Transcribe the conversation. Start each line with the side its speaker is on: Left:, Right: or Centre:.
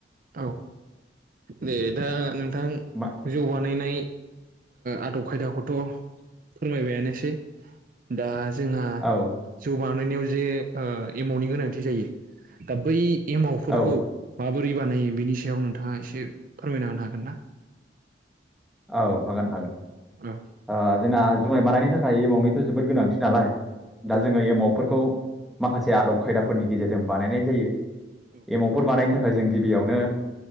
Right: औ दे दा नोंथां
Centre: मा
Right: जौ बानायनाय आदब खायदाखौथ फोरमायबायानोसै दा जोंहा
Centre: औ
Right: जौआ बानायनायाव जे एमावनि गोनांथि जायो दा बै एमावफोरखौ
Centre: औ
Right: माबोर ब्रै बानायो बिनि सायाव नोंथाङा एसे फोरमायना होनो हागोन ना
Centre: औ हागोन हागोन
Right: औ
Centre: आ जोंना जुमाय मानायनि थाखाय एमावनिथ जोबोद गोनांथि नालाय दा
Right: औ
Centre: जोङो एमावफोरखौ माखासे आदब खायदाफोरनि गेजेरजों बानायनाय जायो
Right: औ
Centre: एमावफोर बानायनो नि थाखाय जों गिबियावनो